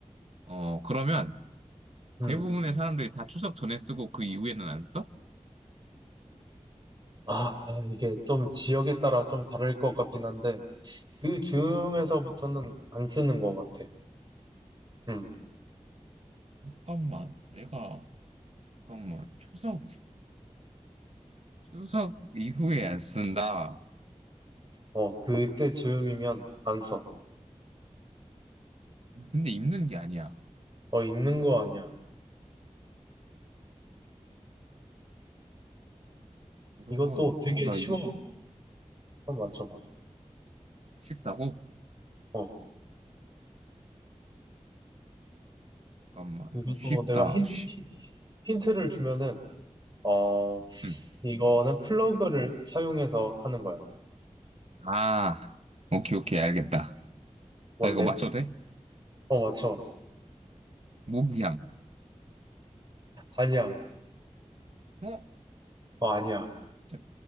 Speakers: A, on the right (about 60°); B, on the right (about 40°).
A: 어, 그러면
B: 음,
A: 대부분의 사람들이 다 추석 전에 쓰고 그 이후에는 안 써?
B: 아, 이게 좀 지역에 따라 좀 다를 것 같긴 한데, 그 즈음에서부터는
A: 음,
B: 안 쓰는 것 같아. 음,
A: 잠깐만, 내가, 잠깐만, 추석, 추석 이후에 안 쓴다.
B: 어, 그때 즈음이면 안 써.
A: 근데 입는 게 아니야.
B: 어, 있는 거 아니야.
A: 그러면,
B: 이것도 되게
A: 어, 나
B: 쉬워.
A: 이거
B: 한번 맞춰봐.
A: 쉽다고?
B: 어,
A: 잠깐만,
B: 이것도
A: 쉽다,
B: 내가 힌,
A: 쉽.
B: 힌- 힌트를 주면은, 어,
A: 음.
B: 이거는 플러그를 사용해서 하는 거야.
A: 아, 오케이, 오케이, 알겠다.
B: 뭔데?
A: 나 이거 맞춰도 돼?
B: 어, 맞춰.
A: 모기향.
B: 아니야.
A: 어?
B: 어, 아니야.
A: 자,